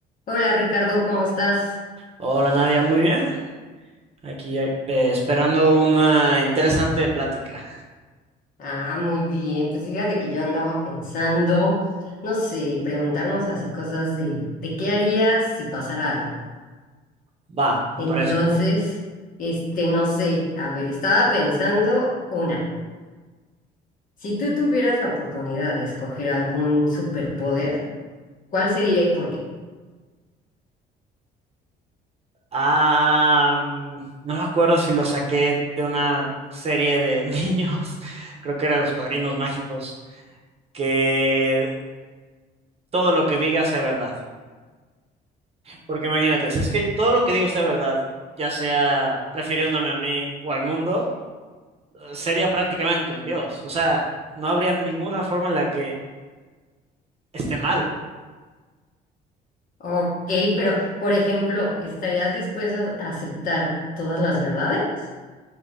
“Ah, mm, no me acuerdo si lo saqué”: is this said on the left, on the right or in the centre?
Right